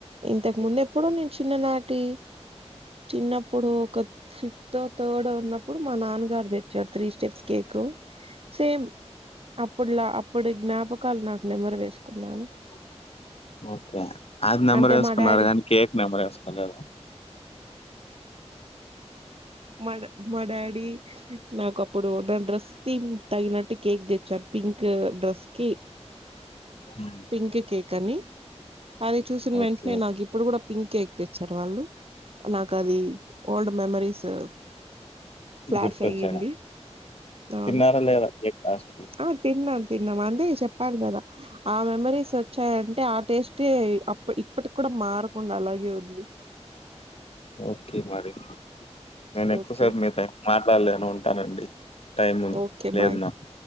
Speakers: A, on the right; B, on the left.
A: ఇంతకు ముందు ఎప్పుడో నేను చిన్ననాటి చిన్నప్పుడు ఒక ఫిఫ్త్ థర్డ్ ఉన్నప్పుడు మా నాన్నగారు తెచ్చారు త్రీ స్టెప్స్ కేక్ సేమ్ అప్పుడులా అప్పుడు జ్ఞాపకాలు నాకు నెంబర్ వేసుకున్నాను
B: <unintelligible> ఒకే అది నెంబర్
A: అంటే
B: వేసుకున్నారు
A: మా డాడీ
B: కానీ కేక్ నెమరు వేసుకోలేదా
A: మా మా డాడీ నాకు అప్పుడు నా డ్రస్ త తగినట్టు కేక్ తెచ్చారు పింక్ డ్రెస్ కి
B: హ్మ్.
A: పింక్ కేక్ కానీ అది చూసిన వెంటనే
B: ఓకే
A: నాకు ఇప్పుడు కూడా పింక్ ఎక్ తెచ్చారు వాళ్ళు నాకు అది ఓల్డ్ మెమరీస్ <unintelligible> ఫ్లాష్
B: గుర్తొచ్చరా
A: అయ్యింది అవును
B: తిన్నారా లేదా కేక్ లాస్ట్
A: ఆ తిన్నాం తిన్నాం అందుకి చెప్పాను కదా ఆ మెమరీస్ వచ్చాయి అంటే ఆ టేస్ట్ ఏ అప్ప ఇప్పటికి కూడా మారకుండా అలాగే ఉంది
B: ఓకే మరి నేను ఎక్కువ
A: ఓకే
B: సేపు మీతో న ఉంటానండి టైము
A: ఓకే
B: లేదు
A: బాయ్
B: నాకు